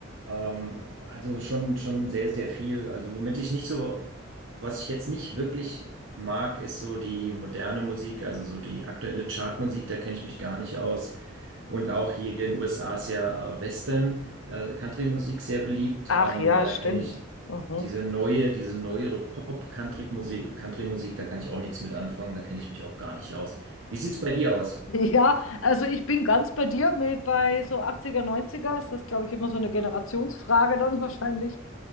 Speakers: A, on the right; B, on the left.
A: Ähm, also schon, schon sehr, sehr viel. Also womit ich nicht so, was ich jetzt nicht wirklich mag, ist so die moderne Musik, also so die aktuelle Chartmusik, da kenne ich mich gar nicht aus. Und auch hier in den USA ist ja äh, Western, äh, Country-Musik sehr beliebt.
B: Ach
A: Ähm,
B: ja,
A: da
B: stimmt.
A: kenne ich
B: Mhm.
A: diese
B: <laughs>
A: neue, diese neuere Pop-Country-Musik, Country-Musik, da kann ich auch nichts mit anfangen, da kenne ich mich auch gar nicht aus. Wie sieht's bei dir aus?
B: Ja, also ich bin ganz bei dir mit bei so achtziger, neunziger. Das ist, glaube ich, immer so eine Generationsfrage dann wahrscheinlich.